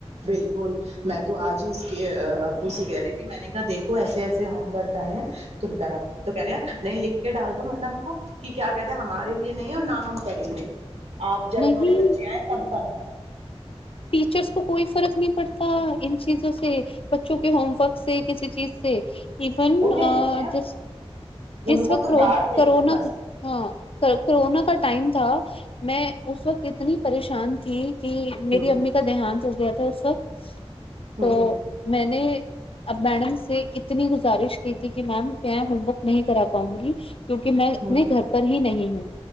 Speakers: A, on the right; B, on the left.
A: بالکل میں تو آج ہی اس کے ابو سے کہہ رہی تھی میں نے کہا دیکھو ایسے ایسے ہوم ورک آئے ہیں تم کرا تو کہہ رہے نہیں لکھ کے ڈال دو میڈم کو کہ کیا کہتے ہمارے لیے نہیں اور نہ ہم کریں گے آپ جب
B: نہیں
A: ہمارے بچے آئے تب کرانا
B: ٹیچرس کو کوئی فرق نہیں پڑتا ان چیزوں سے بچوں کے ہوم ورک سے کسی چیز سے ایون
A: انہیں نے
B: جس جس
A: ان کو
B: وقت
A: تو ڈانٹ دینا
B: کرونا
A: بس
B: ہاں کرورونا کا ٹائم تھا میں اس وقت اتنی پریشان تھی کہ میری
A: ہ
B: امی ک د ہان <unintelligible>
A: ہ
B: تو میں نے اب میڈم سے اتنی گزارش کی تھی میم میں ہوم ورک نہیں کرا پاؤں گی کیوںکہ میں اپتنے
A: ہ
B: گھر پر ہی نہیں ہوں